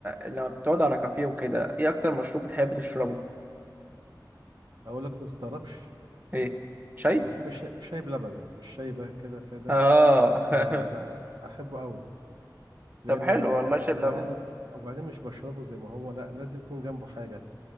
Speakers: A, on the right; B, on the right.
A: لما بتقعد على كافيه وكده ايه اكتر مشروب بتحب تشربه
B: أقول لك ما تستغربش
A: ايه شاي
B: بحب الشاي شاي بلبن مش شاي بقى كده سادة
A: اه
B: آه ده أحبه قوي
A: <laughs>
B: لأن
A: طب حلو
B: أنا
A: والله
B: أنا
A: شايب
B: وبعدين
A: لبن
B: أنا... وبعدين مش بشربه زي ما هو لا لازم يكون جنبه حاجة